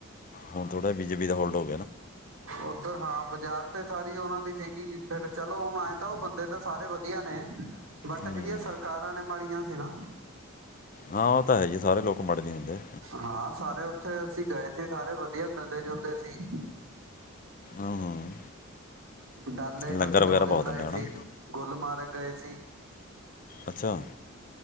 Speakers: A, on the left; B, on the right.
A: ਹੁਣ ਥੋੜਾ ਬੀਜੇਪ ਵੀ ਦਾ ਹੋਲਡੋ
B: ਉਧਰ ਹਾਂ। ਯ ਯਾਰ ਤੇ ਸਾਰੀ ਉਹਨਾਂ ਦੀ ਸੀਗੀ ਫਰ ਚਲੋ ਹੁਣ ਆਏ ਤਾਂ ਉਹ ਬੰਦੇ ਤਾਂ ਸਾਰੇ ਵਧੀਆ ਨੇ ਬਟ
A: ਹੂੰ।
B: ਜਿਹੜੀਆਂ ਸਰਕਾਰਾਂ ਨੇ ਮਾੜੀਆਂ ਹੈ ਨਾ।
A: ਹਾਂ ਉਹ ਤਾਂ ਹੈ ਜੀ ਸਾਰੇ ਲੋਕ ਮਾੜੇ ਨਹੀਂ ਹੁੰਦੇ
B: ਹਾਂ ਸਾਰੇ ਉੱਥੇ ਅਸੀਂ ਗਏ ਸੀ ਸਾਰੇ ਵਧੀਆ ਮਿਲਦੇ ਜੁਲਦੇ ਸੀ
A: ਆਹ ਹਾਂ।
B: ਡਲ ਲੇਕ
A: ਲੰਗਰ
B: ਅਸੀਂ
A: ਵਗੈਰਾ
B: ਦੋ ਦਿਨ
A: ਬਹੁਤ
B: ਲਾਏ
A: ਹੁੰਦੇ ਹਨਾ
B: ਸੀ ਗੁਲਮਾਰਗ ਗਏ ਸੀ।
A: ਅੱਛਾ